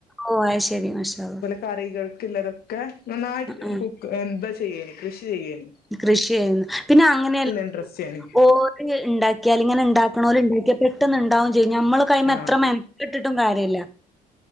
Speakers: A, in the centre; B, on the left (about 65°).
A: ഓഹ് അത് ശരി. മാഷാഅള്ളാ.
B: കറികൾക്കുള്ളതൊക്കെ, നന്നായിട്ട്
A: ആഹ്
B: കുക്ക് ത ചെയ്യല് കൃഷി ചെയ്യല്.
A: കൃഷി ചെയുന്നു. പിന്നെ അങ്ങനെയല്ല
B: ഇൻട്രസ്റ്റേനി
A: ഓഹ് ഉണ്ടാക്കിയാൽ ഇങ്‌നെ ഉണ്ടാക്കണോല് ഉണ്ടാക്കിയ പെട്ടന്ന് ഉണ്ടാവും ചെയ്യും. നമ്മളൊ ക്കെ അയിമ
B: ആഹ്
A: മെൻകെട്ടിട്ടും കാര്യല്ല.